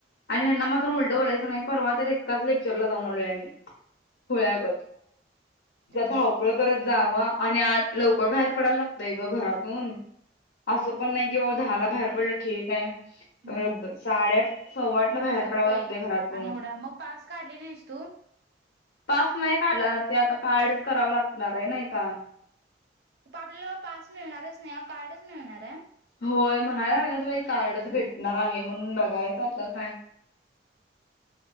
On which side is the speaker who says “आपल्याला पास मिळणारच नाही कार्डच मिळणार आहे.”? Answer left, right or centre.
Right